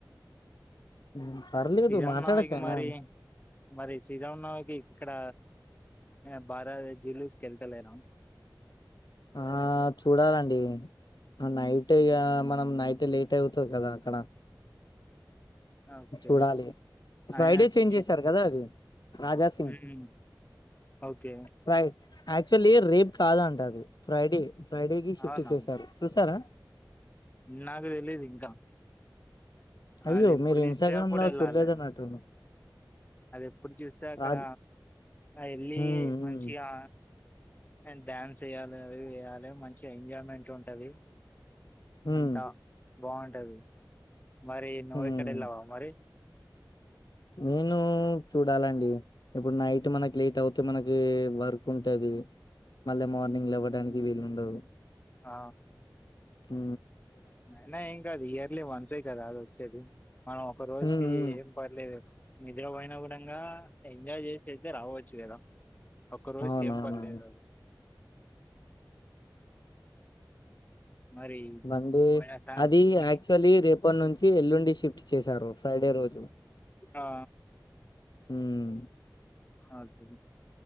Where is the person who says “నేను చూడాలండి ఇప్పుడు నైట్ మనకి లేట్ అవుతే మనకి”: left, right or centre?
Left